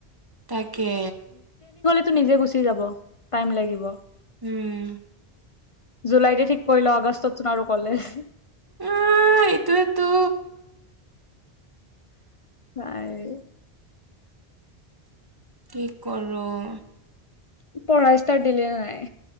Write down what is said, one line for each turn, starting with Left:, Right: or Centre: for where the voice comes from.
Right: তাকে
Left: টো নিজে গুচি যাব, টাইম লাগিব।
Right: উম
Left: জুলাইতে ঠিক কৰি ল, আগষ্টতচোন আৰু কলেজ
Right: উম, এইটোৱেতো!
Left: হায়ৰে
Right: কি কৰোঁ!
Left: <unintelligible> ষ্টাৰ্ট দিলি নে নাই?